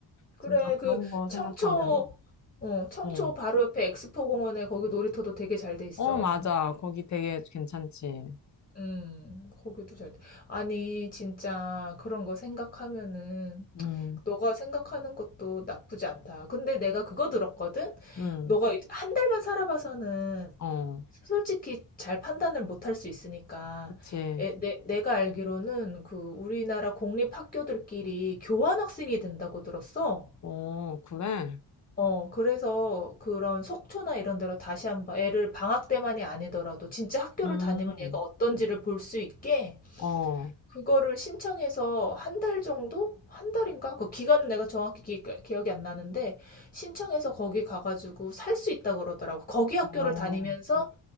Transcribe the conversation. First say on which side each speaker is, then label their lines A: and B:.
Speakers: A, on the left; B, on the left.
A: 그래,
B: 진짜
A: 그
B: 그런 거
A: 청초,
B: 생각하면,
A: 어, 청초
B: 어,
A: 바로 옆에 엑스포 공원에 거기 놀이터도 되게 잘 돼 있어.
B: 어, 맞아. 거기 되게 괜찮지.
A: 음, 고기도 잘 돼. 아니, 진짜 그런 거 생각하면은
B: 음,
A: 너가 생각하는 것도 나쁘지 않다. 근데 내가 그거 들었거든?
B: 음,
A: 너가 이- 한 달만 살아봐서는
B: 어,
A: 솔직히 잘 판단을 못할 수 있으니까.
B: 그치.
A: 에, 내, 내가 알기로는 그 우리나라 공립학교들끼리 교환학생이 된다고 들었어.
B: 어, 그래.
A: 어, 그래서 그런 속초나 이런 데로 다시 한번 애를 방학 때만이 아니더라도 진짜 학교를
B: 음,
A: 다니면 얘가 어떤지를 볼 수 있게
B: 어,
A: 그거를 신청해서 한 달 정도? 한 달인가? 그 기간은 내가 정확히 기, 기억이 안 나는데 신청해서 거기 가가지고 살 수 있다 그러더라고. 거기 학교를
B: 어.
A: 다니면서